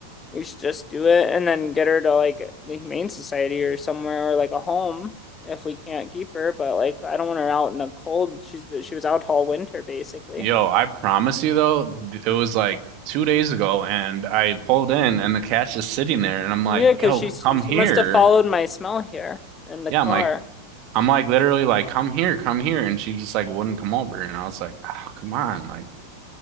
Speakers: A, on the left; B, on the right.
A: We should just do it and then get her to like the Humane Society or somewhere or like a home if we can't keep her. But like, I don't want her out in the cold. She's she was out all winter basically.
B: Yo, I promise you though, th- it was like two days ago and I pulled in and the cash is sitting there and I'm
A: Yeah,
B: like,
A: because
B: yo,
A: she she
B: come here.
A: must have followed my smell here in the
B: Yeah,
A: car.
B: I'm like, I'm like literally like, come here, come here. And she just like wouldn't come over. And I was like, oh, come on. Like,